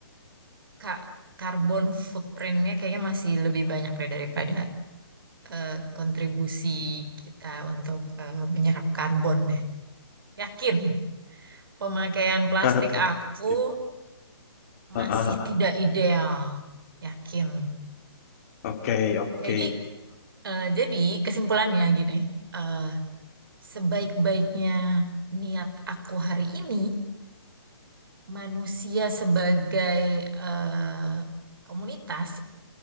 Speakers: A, on the right; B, on the left.
A: kak karbon footprintnya kayaknya masih lebih banyak deh daripada eh, kontribusi kita untuk eh, menyerap karbon deh. Yakin, pemakaian plastik
B: Tar- eh,
A: aku
B: Oke. Ah,
A: masih
B: ah, ah.
A: tidak ideal. Yakin.
B: Oke, oke.
A: Jadi, eh, jadi kesimpulannya gini, eh, sebaik-baiknya niat aku hari ini, manusia sebagai eh, komunitas